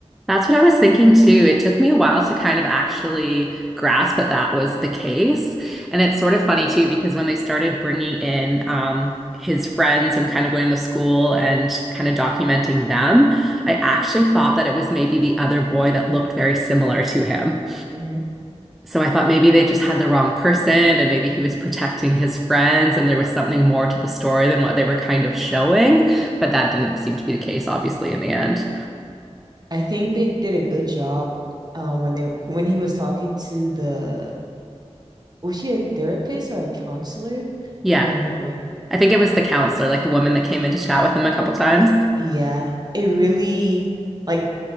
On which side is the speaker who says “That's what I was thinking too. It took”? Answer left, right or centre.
Centre